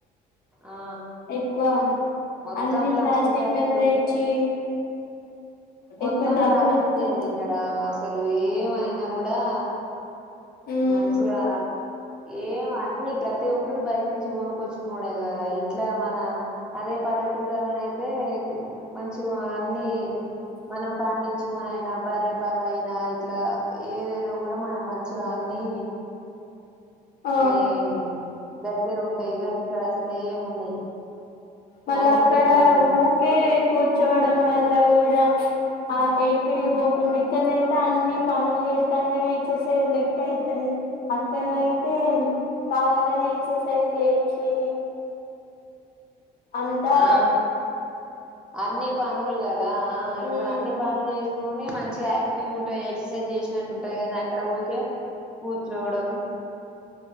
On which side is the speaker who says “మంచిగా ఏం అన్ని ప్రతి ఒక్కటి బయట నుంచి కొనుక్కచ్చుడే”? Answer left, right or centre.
Centre